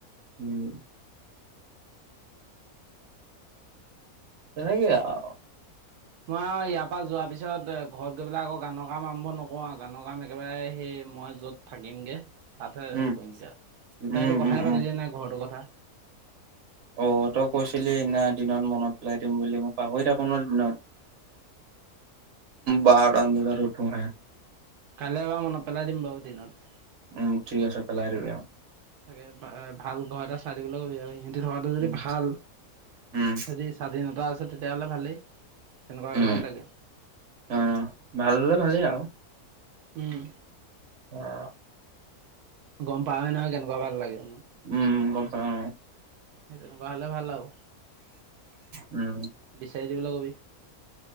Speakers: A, on the right; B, on the right.
A: উম। তেনেকে আও।
B: মই আৰু ইয়াৰ পৰা যোৱাৰ পিছত ঘৰত গৈ পেলাই আকৌ গানৰ কাম আৰম্ভ নকৰো আৰু! গানৰ কাম একেবাৰে সেই মই য'ত থাকিমগে! তাতহে
A: উম
B: কৰিমগে আও, তই
A: উম
B: এইটো কথাই
A: উম উম
B: পাতি দিয়া নাই, ঘৰটোৰ কথা।
A: অ' তই কৈছিলি সেইদিনা দিনত মনত পেলাই দিম বুলি, মই পাহৰি থাকো নহয় দিনত। বাৰটামান বজাত উঠোহে।
B: কাইলৈ এবাৰ মনত পেলাই দিম বাও দিনত।
A: উম ঠিক আছে, পেলাই দিবি।
B: তাকে, ভাল ঘৰ এটা চাই দিবলৈ ক'বি আৰু সি তি থকাটো যদি
A: উম
B: ভাল,
A: উম
B: যদি স্বাধীনতা আছে তেতিয়াহ'লে ভালেই। তেনেকুৱা
A: উ।
B: ঘৰে লাগে
A: অ' ভাল হ'লে ভালেই আৰু।
B: হুম।
A: <inaudible>
B: গম পাৱে নহয় কেনেকুৱা ভাল লাগে?
A: উম গম পাওঁ।
B: সেই তেনেকুৱা হ'লে ভাল আও।
A: উম।
B: বিচাৰি দিবলৈ কবি তই